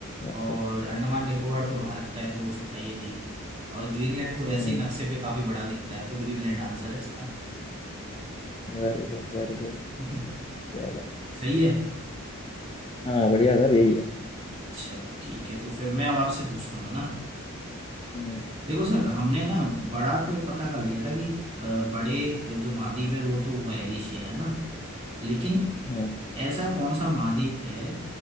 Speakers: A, on the left (about 25°); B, on the right (about 30°).
A: अच्छा
B: और अंडमान निकोबार तो भारत का है तो वो छोटा ही है द्वीप और ग्रीनलैंड तो वैसे
A: हम्म
B: ही नक्शे पे काफी बड़ा दिखता है तो ग्रीनलैंड आंसर है इसका
A: वेरी गुड वेरी गुड
B: <laughs>
A: चलो
B: सही है
A: हाँ बढ़िया सर यही है
B: चलो ठीक है तो फिर मैं अब आपसे पूछता हूँ है ना
A: हम्म
B: देखो सर हमने ना बड़ा तो पता कर लिया था कि अ, बड़े जो महाद्वीप है वो तो वो है एशिया है ना लेकिन
A: हम्म
B: ऐसा कौन सा महाद्वीप है